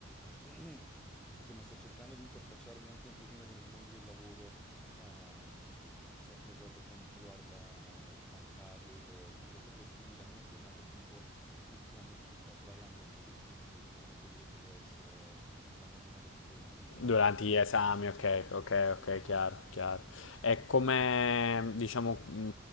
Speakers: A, in the centre; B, on the left.
A: <clears throat> insomma sto cercando di interfacciarmi anche un pochino con il mondo del lavoro, ehm, sempre proprio per quanto riguarda ba- bancario e tutto il resto presso, quindi la mia giornata tipo ultimamente sta variando un pochettino rispetto a quello che poteva essere la mia giornata tipo un, un me- un
B: Durante
A: mesetto
B: gli
A: fa.
B: esami,
A: un po' di mese-
B: ok, ok,
A: Sì,
B: ok, chiaro,
A: sì, sì.
B: chiaro. E
A: E,
B: come, diciamo, mh,